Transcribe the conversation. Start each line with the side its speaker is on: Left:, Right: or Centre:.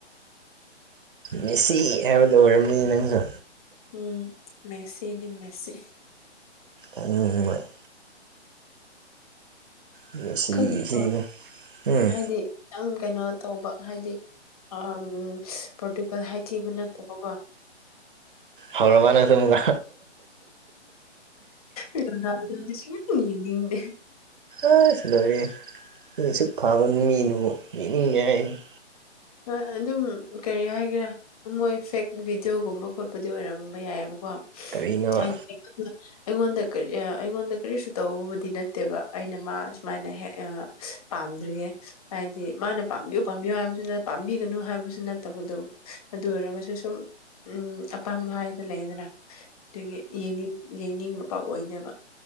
Right: ꯃꯦꯁꯁꯤ ꯍꯥꯏꯕꯗꯨꯣ ꯑꯣꯏꯔꯝꯅꯤ ꯅꯪꯁꯨ
Left: ꯎꯝ ꯃꯦꯁꯁꯤꯅꯤ ꯃꯦꯁꯤ
Right: ꯑꯨꯍꯨꯝꯅ <unintelligible> ꯁꯤ
Left: ꯈꯪꯗꯦꯀꯣ
Right: ꯁꯤꯅ ꯎꯝ
Left: ꯍꯥꯏꯗꯤ ꯌꯥꯝ ꯀꯩꯅꯣ ꯇꯧꯕ ꯍꯥꯏꯗꯤ ꯑ ꯄꯔꯇꯨꯒꯜ ꯍꯥꯏ ꯊꯤꯕ ꯅ ꯇꯕ ꯀꯣ
Right: ꯍꯧꯔꯕ ꯅꯪꯁꯨ ꯑꯃꯨꯛꯀ
Left: ꯎ ꯔꯗꯥꯗꯁꯤ <unintelligible> ꯌꯦꯡꯅꯤꯡꯗꯦ
Right: ꯑꯁ ꯂꯣꯏꯔꯦ ꯅ ꯑꯁꯨꯛ ꯐꯕ ꯃꯤꯗꯨꯕꯨ ꯌꯦꯛꯅꯤꯡꯗꯦ ꯍꯥꯏꯔꯤꯌꯦ
Left: ꯑ ꯑꯗꯨꯝ ꯀꯔꯤ ꯍꯥꯏꯒꯦꯔꯥ ꯃꯣꯏ ꯐꯦꯛ ꯚꯤꯗꯤꯑꯣꯒꯨꯝꯕ ꯈꯣꯠꯄꯗꯤ ꯑꯣꯏꯔꯝꯕ ꯌꯥꯏꯌꯦꯕꯀꯣ
Right: ꯀꯔꯤꯅꯣꯕ
Left: ꯑꯟꯏꯟꯇꯦꯜꯂꯤꯖꯦꯕꯜ <unintelligible> ꯑꯩꯉꯣꯟꯗ ꯀꯔꯤ ꯑ ꯑꯩꯉꯣꯟꯗ ꯀꯔꯤꯁꯨ ꯇꯕꯨꯗꯤ ꯅꯠꯇꯦꯕ ꯑꯩꯅ ꯃꯥ ꯁꯨꯃꯥꯏꯅ ꯍꯦꯛ ꯑ ꯄꯥꯝꯗ꯭ꯔꯤꯌꯦ ꯍꯥꯏꯗꯤ ꯃꯥꯅ ꯄꯥꯝꯕꯤꯌꯨ ꯄꯥꯝꯕꯤꯌꯨ ꯍꯥꯏ ꯅ ꯄꯥꯝꯕꯤꯒꯅꯨ ꯍꯥꯏꯕꯁꯨ ꯅꯠꯇꯕꯗꯣ ꯑꯗꯨ ꯑꯣꯏꯔꯒꯁꯨ ꯁꯨꯝ ꯎꯝ ꯑꯄꯥꯝꯕ ꯍꯥꯏꯗꯅ ꯂꯩꯌꯦꯗꯅ ꯑꯗꯨꯒꯤ ꯌꯦꯅꯤꯡ ꯌꯦꯡꯅꯤꯡꯕ ꯄꯥꯛ ꯑꯣꯏꯗꯦꯕ